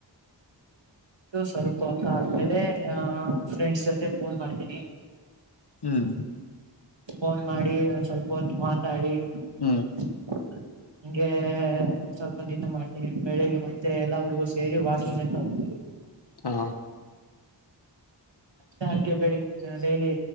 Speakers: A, on the right; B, on the left.
A: ಇದು ಸ್ವಲ್ಪ ಹೊತ್ತ ಆದ್ಮೇಲೆ ಫ್ರೆಂಡ್ಸ ಜೊತೆ ಫೋನ ಮಾಡ್ತೀನಿ.
B: ಹ್ಮ್
A: ಫೋನ್ ಮಾಡಿ ಒನ ಸ್ವಲ್ಪ ಹೊತ್ತ ಮಾತಾಡಿ.
B: ಹು
A: <inaudible> ಹಂಗೆ ಸ್ವಲ್ಪ ನಿದ್ದೆ ಮಾಡ್ತೀನಿ ಬೆಳಿಗ್ಗೆ ಮತ್ತೆ ಎಲ್ಲ ಹುಡುಗು ಸೇರಿ ವಾಕಿಂಗ್ ಅಂತಹೋಗ್ತೆವಿ.
B: ಹಾ
A: ಮತ್ತೆ ಹಂಗೆ ಬೆಳಿಗ್ಗೆ ಡೈಲಿ